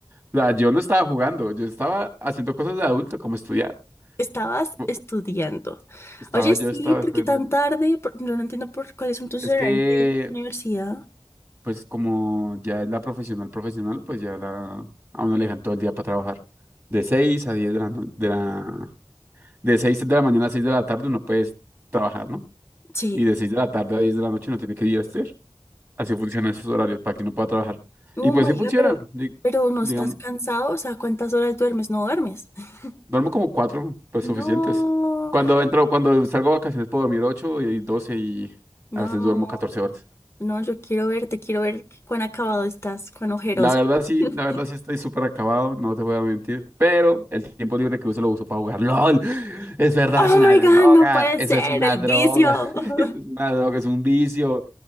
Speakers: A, on the right (about 25°); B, on the left (about 25°).
A: O sea, yo no estaba jugando, yo estaba haciendo cosas de adulto, como estudiar.
B: Estabas
A: Bu-
B: estudiando.
A: Estaba
B: Oye,
A: yo,
B: sí,
A: estaba
B: ¿por
A: estudiando.
B: qué tan tarde? Por- no, no entiendo por cuáles son tus
A: Es
B: horarios
A: que,
B: de universidad.
A: pues, como ya es la profesional profesional, pues ya la, a uno le dejan todo el día para trabajar. De 6 a 10 de la, no- de la, de 6 de la mañana a 6 de la tarde uno puede trabajar, ¿no?
B: Sí.
A: Y de 6 de la tarde a 10 de la noche uno tiene que ir a estudiar. Así funcionan esos horarios para que uno pueda trabajar.
B: Oh
A: Y pues
B: my
A: sí funciona.
B: God, pero, pero no
A: Digamos,
B: estás cansado, o sea, ¿cuántas horas duermes? No duermes. <laughs>
A: Duermo como cuatro, pues
B: No,
A: suficientes. Cuando entro, cuando salgo de vacaciones puedo dormir ocho y doce y
B: no.
A: a veces duermo 14 horas.
B: No, yo quiero verte, quiero ver qué- cuán acabado estás, cuán ojeroso.
A: La verdad sí,
B: <laughs>
A: la verdad sí estoy súper acabado, no te voy a mentir, pero el tiempo libre que uso lo uso para jugar. ¡LOL! <gasps> Es verdad,
B: Oh
A: es una
B: my God,
A: droga,
B: no puede
A: eso
B: ser,
A: es una
B: el
A: droga,
B: vicio.
A: <laughs>
B: <laughs>
A: eso es una droga, es un vicio.